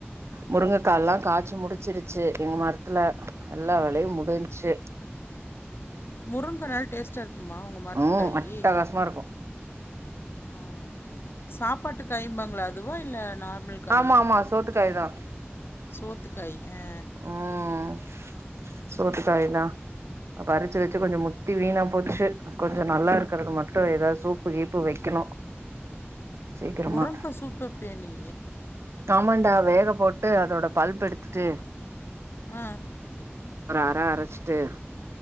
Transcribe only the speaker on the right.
முருங்கைக்கால்லா காய்சு முடிச்சிருச்சு எங்க மரத்துல எல்லா வேலயு முடிஞ்ச்சு
ம் அட்டகாசமா இருக்கு
ஆமா ஆமா சோத்துக்காய்தா
ம் சோத்துக்காயதா பறிச்சு வச்சு கொஞ்ச முத்தி வீணா போச்சு கொஞ்ச நல்லாருக்கிறது மட்டு ஏதாது சூப்பு கீப்பு வைக்கணு சீக்கிரமா
ஆமாண்டா வேக போட்டு அதோட பல்ப் எடுத்துட்டு
ஒரு அர அரைச்சிட்டு